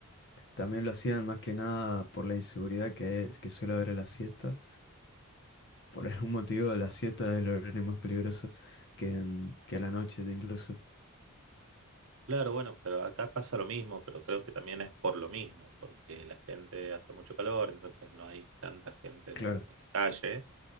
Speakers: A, on the left; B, on the right.
A: también lo hacían más que nada por la inseguridad que es, que suele haber en la siesta. Por algún motivo, la siesta es el horario más peligroso que, en, que a la noche incluso.
B: claro, bueno, pero acá pasa lo mismo, pero creo que también es por lo mismo, porque la gente hace mucho calor, entonces no hay tanta gente en,
A: Claro,
B: en la calle